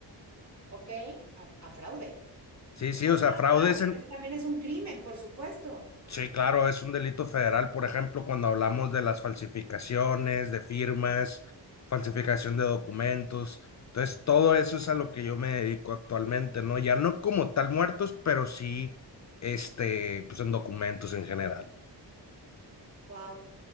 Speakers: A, on the right; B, on the left.
A: Ok, a, a fraude.
B: Sí, sí,
A: Ah,
B: o sea, fraudes
A: claro, porque
B: en,
A: eso también es un crimen, por supuesto.
B: Sí, claro, es un delito federal, por ejemplo, cuando hablamos de las falsificaciones, de firmas, falsificación de documentos. Entonces, todo eso es a lo que yo me dedico actualmente, ¿no? Ya no como tal muertos, pero sí, este, pues en documentos en general.
A: Wow,